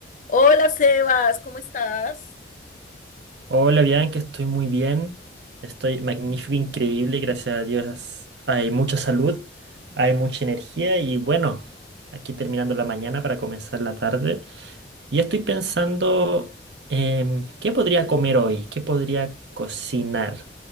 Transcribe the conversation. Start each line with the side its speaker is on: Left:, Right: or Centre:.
Left: Hola Sebas, ¿cómo estás?
Right: Hola, Bianca, estoy muy bien. Estoy magnífico, increíble, gracias a Dios. Hay mucha salud, hay mucha energía y bueno, aquí terminando la mañana para comenzar la tarde. Y estoy pensando, em, ¿qué podría comer hoy? ¿Qué podría cocinar?